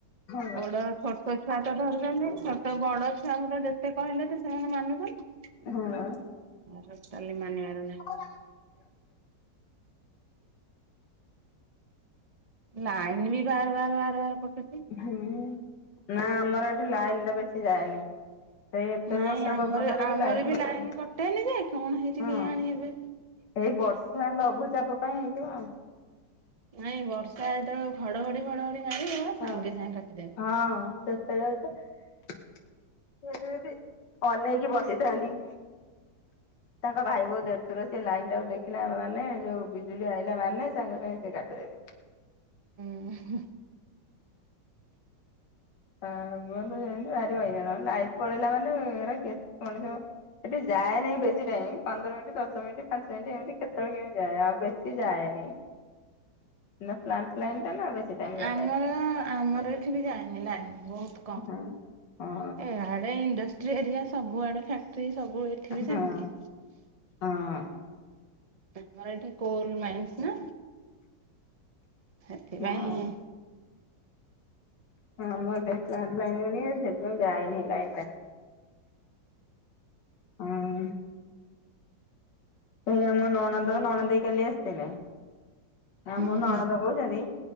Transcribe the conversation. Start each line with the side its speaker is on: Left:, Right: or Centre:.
Left: ହଁ
Right: ବଡ ଛୋ ତୋ ଛୁଆ ତ ଧରୁଛନ୍ତି ଛୋଟ ବଡ ଛୁଆ ଙ୍କୁ ଯେତେ କହିଲେ ତ ସେମାନେ ମାନୁଛନ୍ତି?
Left: ହଁ ବା।
Right: ଟୋଟଲି ମାନିବାର ନାହିଁ।
Left: <unintelligible>
Right: ଲାଇନିବି ବାର ବାର ବାର ବାର କଟୁଚି।
Left: ହୁଁ ନା ଆମର ଏଠି ଲାଇନଟା ବେଶି ଯାଏନି। ସେଇ ଏତେ
Right: ନାଇଁ
Left: ବର୍ଷା
Right: ଆମର
Left: ପବନରେବି
Right: ଆମର
Left: ଲାଇନ୍
Right: ବି
Left: ଅଛି
Right: ଲାଇନ କଟେନି ଯେ କଣ ହେଇଛି
Left: ହଁ।
Right: କେଜାଣି ଏବେ।
Left: ଏଇ ବର୍ଷା ଲଘୁଚାପ ପାଇଁ ହେଇଥିବ ଆଉ।
Right: ନାଇଁ ବର୍ଷା ଯେତେବେଳେ ଘଡ଼ଘଡ଼ି ଫଡ଼ଘଡ଼ି ମାରିବ
Left: ହଁ
Right: ସାଙ୍ଗେ ସାଙ୍ଗେ କାଟିଦେବେ।
Left: ହଁ ସେ ଯେତେବେଳେ ଆଉଚେ ମତେଯଦି ଅନେଇକି ବସିଥାନ୍ତି।
Right: <inaudible>
Left: ତାଙ୍କ ଭାଇ ବୋଉ ଦେଢସୁର ସେଲାଇନ୍ ଟାକୁ ଦେଖିଲା ମାନେ ଯୋଉ ବିଜୁଳି ଆଇଲା ମାନେ ସାଙ୍ଗେ ସାଙ୍ଗେ ସିଏ କାଟିଦେବେ।
Right: ଉଁ ହୁ ହୁ।
Left: ଆମର ସେମିତି ଭାରି ହଇରାଣ ଲାଇନ୍ ପଲେଇଲା ମାନେ ଏରା କେତେ ମଣିଷ ଏଠି ଯାଏନିଁ ବେଶୀ ଟାଇମ୍ ପନ୍ଦର ମିନିଟ୍ ଦଶ ମିନିଟ୍ ପାଞ୍ଚ ମିନିଟ୍ ଏମିତି କେତେବେଳେ କେମି ଯାଏ ଆଉ ବେଶୀ ଯାଏନେଇ।
Right: <inaudible>
Left: ଏଇନା ଫ୍ଲାଣ୍ଟ ଲାଇନ୍ ଟାନା ବେଶୀ ଟାଇମ୍ ଯାଉ
Right: ଆମୁ ଆମର ଏଠିବି ଜାଏନି ଲାଇନ୍ ବହୁତ୍ କମ୍।
Left: ହଁ। ହଁ
Right: ଏଇଆଡ଼େ ଇଣ୍ଡିଷ୍ର୍ଟ ଏରିଆ ସବୁଆଡ଼େ ଫ୍ୟାକ୍ଟିର୍ ସବୁ ଏଠିବି
Left: ହଁ
Right: ସେମତି।
Left: ହଁ।
Right: ଆମର ଏଠି କୋଲ୍ ମାଇସ୍ଇନା ସେଥିପାଇଁ
Left: ହଁ। ଆମର ଏଠି ପ୍ଲାଡ୍ଲାଇନ୍ ଏରିଆ ସେଥି ଯାଏନି ଲାଇନଟା ହଁ। ଏଇ ଆମ ନଣନ୍ଦ ନଣ ଦେଇ କାଲି ଆସିଥିଲେ ଆମ
Right: ହୁଁ
Left: ନଣନ୍ଦ
Right: ହୁଁ
Left: କହୁଚନ୍ତି?